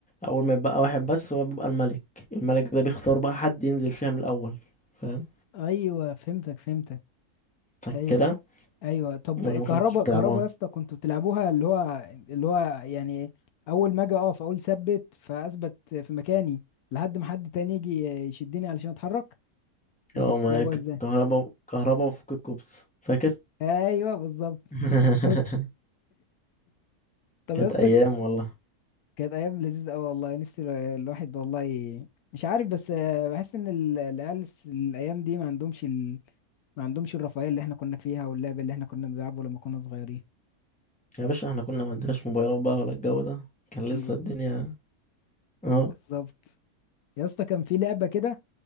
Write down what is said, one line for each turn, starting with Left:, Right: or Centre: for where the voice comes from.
Centre: أول ما يبقى واحد بس هو بيبقى الملك الملك ده بيختار بقى حد ينزل فيها من الأول فاهم
Left: ايوه فهمتك فهمتك
Centre: فاكرها
Left: ايوه ايوه طب
Centre: ولا
Left: الكهرباء
Centre: ما كنتش بتلعبوها
Left: الكهرباء يا اسطى كنتوا بتلعبوها اللي هو اللي هو يعني اول ما اجي اقف اقول ثبت فاثبت في مكاني لحد ما حد تاني يجي يشدني علشان اتحرك ولا
Centre: هو
Left: كنتوا
Centre: ما
Left: بتلعبوها
Centre: ك-
Left: ازاي
Centre: كهربا كهربا وفك الكوبس فاكر
Left: ايوه بالظبط <laughs>
Centre: <laughs>
Left: فك الكوبس طب
Centre: كانت
Left: يا اسطى
Centre: أيام والله
Left: كانت ايام لذيذه قوي والله نفسي ال- الواحد والله ي- مش عارف بس آه، بحس ان ال- العيال الس- الايام دي ما عندهمش ال... ما عندهمش الرفاهيه اللي احنا كنا فيها واللعب اللي احنا كنا بنلعبه لما كنا صغيرين
Centre: يا باشا احنا كنا ما عندناش موبايلات بقى ولا الجو ده كان لسه
Left: بز-
Centre: الدنيا اه
Left: بالظبط يا اسطى كان في لعبة كده